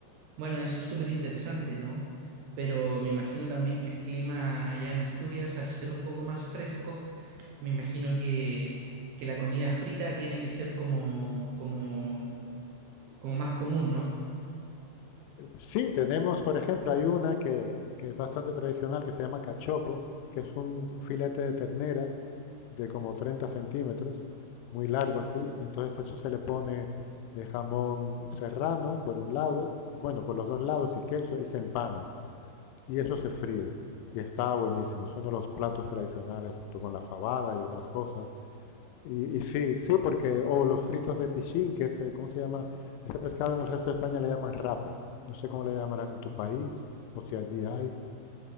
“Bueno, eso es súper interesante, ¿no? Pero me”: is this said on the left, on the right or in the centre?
Right